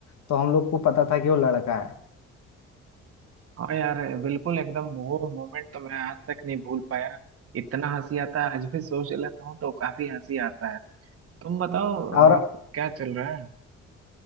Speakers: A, on the left (about 65°); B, on the right (about 50°).
A: तो हम लोग को पता था कि वो लड़का है
B: हाँ यार बिल्कुल एकदम वो मोमेंट तो मैं आज तक नहीं भूल पाया इतना हंसी आता है आज भी सोच लेता हूँ तो काफी हंसी आता है तुम बताओ
A: और
B: और सब क्या चल रहा है